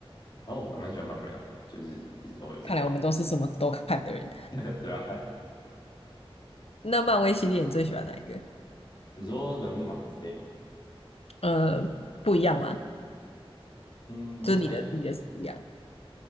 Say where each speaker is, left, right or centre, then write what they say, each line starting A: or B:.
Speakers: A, on the left; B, on the left.
A: 哦，我还蛮喜欢漫威的，就是一直都有在看，
B: 看来我们都是什么都看的人。
A: <laughs> 对吧、<laughs> 啊
B: 那漫威系列你最喜欢哪一个？
A: 你说人物吗？还是电影？
B: 呃，不一样吗？
A: 嗯，
B: 就是你的你的是不一样，
A: 不太